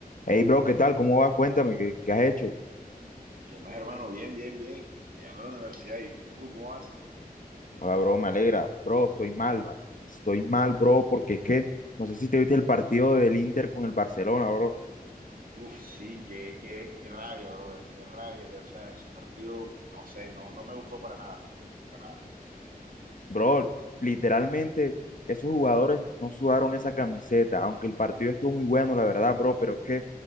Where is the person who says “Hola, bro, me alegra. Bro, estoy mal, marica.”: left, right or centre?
Left